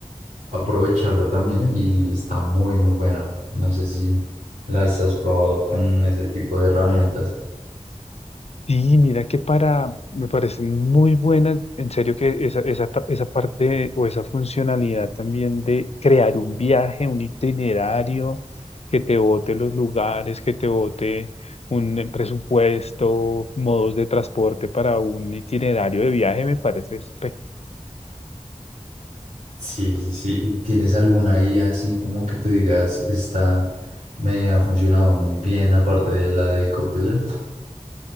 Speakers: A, on the right; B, on the left.
A: aprovecharlo también y está muy, muy buena. No sé si las has probado con ese tipo de herramientas.
B: Sí, mira que para, me parece muy buena, en serio que esa, esa, ta- esa parte o esa funcionalidad también de crear un viaje, un itinerario, que te bote los lugares, que te bote un eh, presupuesto, modos de transporte para un itinerario de viaje, me parece espectacular.
A: Sí, sí, sí. ¿Y tienes alguna IA así como que tú digas, esta me ha funcionado muy bien aparte de la de Copilot?